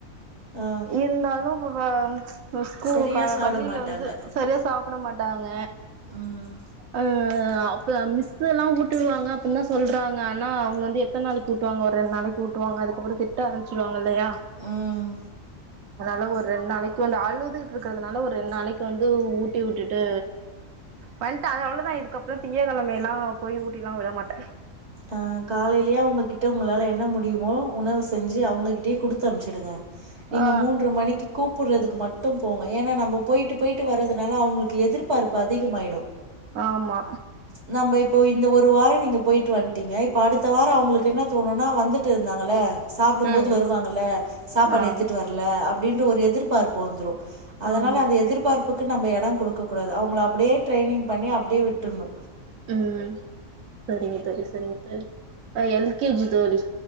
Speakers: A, on the right; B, on the right.
A: ஆ
B: இந்தாலு <unintelligible> ச்ச் ஸ்கூ
A: சரியா
B: பல
A: சாப்ட
B: பள்ளில
A: மாட்டாங்க
B: வந்து செரியா சாப்பட மாட்டாங்க
A: ம்
B: அ ஆ அப்ப மிஸ் எல்லா ஊட்டிடுவாங்க அப்டின்லா சொல்றாங்க ஆனா அவுங்க வந்து எத்தன் நாளைக்கு ஊட்டுவாங்க ஒரு ரெண் நாளைக் ஊட்டுவாங்க அதுக் அப்றோ திட்ட ஆரமிச்சுருவா இல்லயா
A: ம்
B: அதனால ஒரு ரெண் நாளைக்கு வந்து அழுதுட்டுருக்கறதுனால ஒரு ரெண் நாளைக்கு வந்து ஊட்டி உட்டுட்டு வண்ட்ட அது அவ்ளோ‌ தா இதுக்கப்றோ திங்ககழமைலா போய் ஊட்டிலா விடமாட்ட
A: ஆ காலைலியே அவுங்ககிட்ட உங்களால என்ன முடியுமோ உணவு செஞ்சு அவுங்ககிட்டயே குடுத்தம்ச்சுடுங்க நீங்க
B: ஆ
A: மூன்ற மணிக்கு கூப் புட்றதுக்கு மட்டு போங்க ஏனா நம்ம போய்ட்டு போய்ட்டு வரதுனால அவுங்களுக்கு எதிர்பார்ப்பு அதிகமாய்டு
B: ஆமா
A: நம்ப இப்போ இந்த ஒரு வாரோ நீங்க போய்ட்டு வந் டீங்க இப்ப அடுத்த வாரோ அவங்களுக்கு என்ன தோணுனா வந்துட்டு இருந்தாங்கல்ல சாப்புடும்போது
B: ம்
A: வருவாங்கள சாப்பாடு
B: ஆ
A: எத்துட்டு வரல அப்டின்ற ஒரு எதிர்பார்ப்பு வந்துரும் அதனால
B: ஆமா
A: அந்த எதிர்பார்ப் புக்கு நம்ப எடோ குடுக்ககூடாது அவங்கள அப்படியே ட்ரைனிங் பண்ணி அப்டியே விட்டுட்ணு
B: உம் சரிங்க தோழி சரிங் து அ எல் கே ஜி தோழி